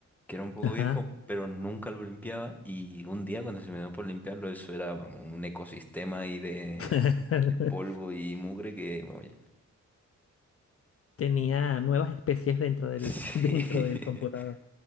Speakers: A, in the centre; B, on the left.
A: que era un poco
B: Ajá.
A: viejo, pero nunca lo limpiaba y un día cuando se me dio por limpiarlo, eso era, vamos, un ecosistema ahí de,
B: <laughs>
A: de polvo y mugre que, vamos, ya.
B: Tenía nuevas especies dentro del,
A: <laughs> Sí.
B: <laughs> dentro del computador.